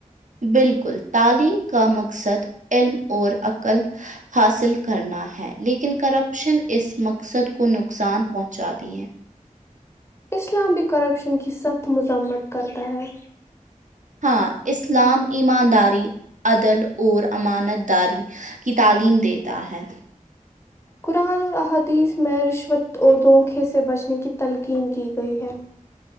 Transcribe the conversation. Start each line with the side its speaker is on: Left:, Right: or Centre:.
Right: بالکل تعلیم کا مقصد علم اور عقل حاصل کرنا ہے لیکن کرپشن اس مقصد کو نقصان پہنچاتی ہے
Left: اسلام بھی کرپشن کی سخت مذمت کرتا ہے
Right: ہاں اسلام ایمانداری عدل اور امانت داری کی تعلیم دیتا ہے
Left: قرآن اور احادیث میں رشوت اور دھونکے سے بچنے کی تلقین کی گئی ہے